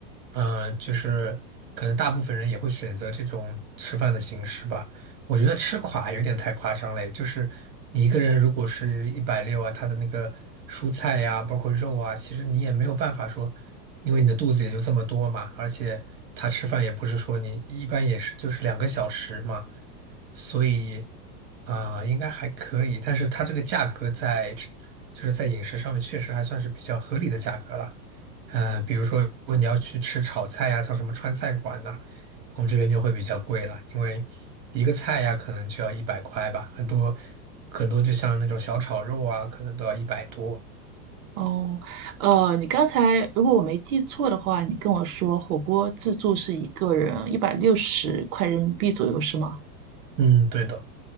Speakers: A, on the right; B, on the right.
A: 嗯、就是可能大部分人也会选择这种吃饭的形式吧。我觉得吃垮有点太夸张了，就是你一个人如果是一百六啊，他的那个蔬菜呀、包括肉啊，其实你也没有办法说，因为你的肚子也就这么多嘛，而且他吃饭也不是说你一般也是就是两个小时嘛，所以啊、应该还可以，但是它这个价格在就是在饮食上面确实还算是比较合理的价格了。嗯，比如说如果你要去吃炒菜呀、像什么川菜馆呐、我们这边就会比较贵了，因为一个菜呀、可能就要一百块吧，很多很多就像那种小炒肉啊，可能都要一百多。
B: 哦，呃，你刚才如果我没记错的话，你跟我说火锅自助是一个人一百六十块人民币左右，是吗？
A: 嗯，对的，